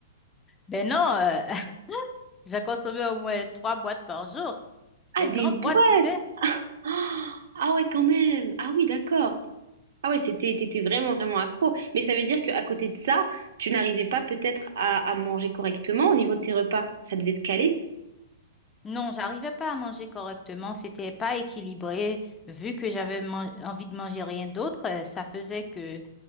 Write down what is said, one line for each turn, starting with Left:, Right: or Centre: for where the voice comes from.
Left: Ben non, euh, <laughs> j'ai consommé au moins trois boîtes par jour.
Right: Ah,
Left: Les
Right: des
Left: grandes
Right: boîtes!
Left: boîtes, tu sais.
Right: Ah ah ouais, quand même. Ah oui, d'accord. Ah ouais, c'était, t'étais vraiment, vraiment accro. Mais ça veut dire qu'à côté de ça, tu n'arrivais pas peut-être à, à manger correctement au niveau de tes repas. Ça devait te caler.
Left: Non, j'arrivais pas à manger correctement, c'était pas équilibré. Vu que j'avais man- envie de manger rien d'autre, euh, ça faisait que